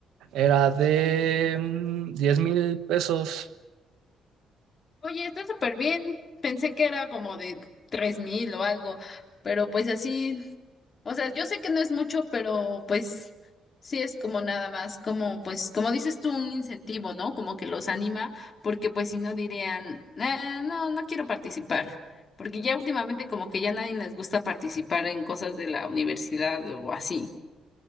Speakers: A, on the right; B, on the left.
A: era de mm, 10 mil pesos.
B: Oye, está súper bien. Pensé que era como de tres mil o algo, pero pues así, o sea, yo sé que no es mucho, pero pues sí es como nada más, como pues, como dices tú, un incentivo, ¿no? Como que los anima, porque pues si no dirían, "Ah, no, no quiero participar, porque ya últimamente como que ya nadie les gusta participar en cosas de la universidad o así.